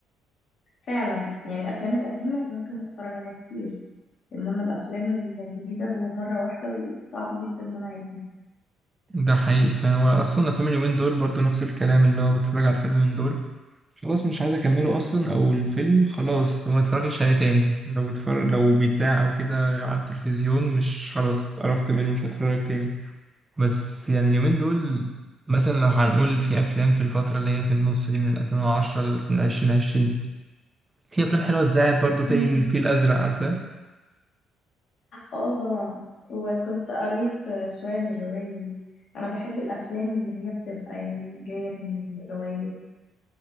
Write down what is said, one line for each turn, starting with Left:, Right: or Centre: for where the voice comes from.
Left: فعلا يعني الافلام القديمه ممكن اتفرج عليها كتير انما الافلام الجديده هو مره واحده وصعب جدا ان انا اعيدها
Right: ده حقيقي فانا اصلا الافلام اليومين دول برضو نفس الكلام اللي هو بتفرج على الفيلم من دول خلاص مش عايز اكمله اصلا او الفيلم خلاص لو ما اتفرجش عليه تاني لو بيتفرج لو بيتذاع او كده على التلفزيون مش خلاص اتقرفت منه مش هتفرج تاني بس يعني اليومين دول مثلا لو هنقول في افلام في الفتره اللي هي في النص دي من 2010 ل 2020 في افلام حلوه اتذاعت برضو زي
Left: امم
Right: الفيل الازرق عارفاه
Left: اه طبعا وكنت قريت آه، شويه من الروايه دي انا بحب الافلام اللي هي بتبقى يعني جايه من روايه